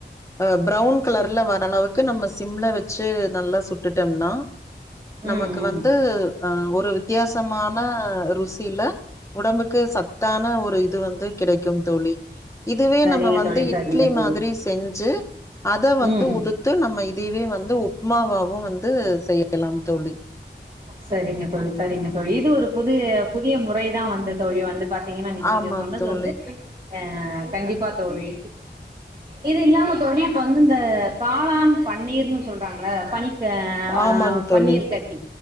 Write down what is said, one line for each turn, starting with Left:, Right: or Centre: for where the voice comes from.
Left: அ ப்ரவுன் கலர்ல வர அளவுக்கு நம்ம சிம்ல வச்சு நல்லா சு டுட்டம்னா நமக்கு
Right: ம் ம்
Left: வந்து அ ஒரு வித்தியாசமான ருசில உடம்புக்கு சத்தான ஒரு இது வந்து கிடைக்கும் தோழி இதுவே
Right: சரிங்க
Left: நம்ம வந்து
Right: தோழி
Left: இட்லி
Right: சரிங்க தோழி
Left: மாதிரி செஞ்சு அத வந்து
Right: ம்
Left: உது த்து நம்ம இதயவே வந்து உப்மாவாவு வந்து செய்யலாம் தோழி
Right: சரிங்க தோழி சரிங்க தோழி இது ஒரு புது புதிய முறைதா வந்து தோழி வந்து பாத்தீங்கன்னா இன்னைக்கி
Left: ஆமா
Right: நீங்க சொன்னது
Left: தோழி.
Right: வந்து ஆ கண்டிப்பா தோழி இது இல்லாம தோழி இப்ப வந்து இந்த காளான் பன்னீர்ன்னு சொல்றாங்கள பனிக்க
Left: ஆமாங்
Right: அ
Left: தோழி.
Right: பன்னீரு கட்டி